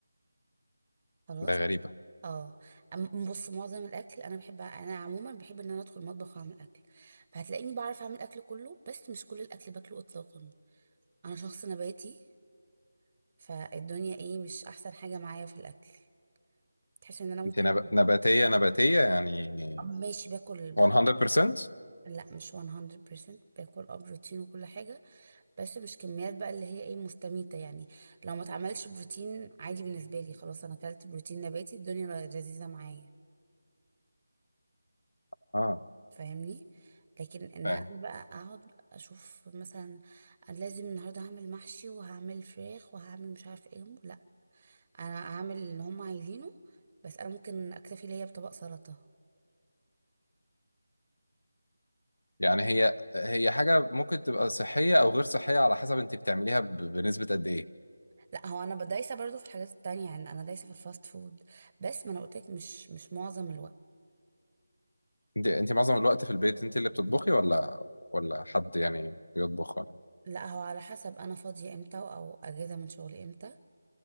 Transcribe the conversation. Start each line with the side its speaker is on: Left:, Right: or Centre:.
Right: خلاص
Left: ده غريبه
Right: اه أم- بص معظم الاكل انا بحب انا عموما بحب ان انا ادخل المطبخ واعمل اكل فهتلاقيني بعرف اعمل اكل كله بس مش كل الاكل باكله اطلاقا انا شخص نباتي فالدنيا ايه مش احسن حاجة معايا في الاكل تحس ان انا ممكن
Left: انت نب... نباتيه نباتيه يعني 100%
Right: آه، ماشي باكل باكل لا مش 100% باكل اه بروتين وكل حاجة بس مش كميات بقى اللي هي ايه مستميتة يعني لو ما اتعملش بروتين عادي بالنسبة لي خلاص انا اكلت بروتين نباتي الدنيا لذيذة معايا
Left: اه
Right: فاهمني لكن ان
Left: فاهم
Right: انا بقى اقعد اشوف مثلا انا لازم النهارده هعمل محشي وهعمل فراخ وهعمل مش عارف ايه لا انا هعمل اللي هم عايزينه بس انا ممكن اكتفي ليا بطبق سلطة
Left: يعني هي هي حاجه ممكن تبقى صحيه او غير صحيه على حسب انت بتعمليها ب... بنسبه قد ايه
Right: لا هو انا دايسه برضو في الحاجات التانية يعني انا دايسه في الفاست فود بس ما انا قلت لك مش مش معظم الوقت
Left: انت انت معظم الوقت في البيت انت اللي بتطبخي ولا ولا حد يعني بيطبخ ولا
Right: لا هو على حسب انا فاضيه امتى او اجازه من شغلي امتى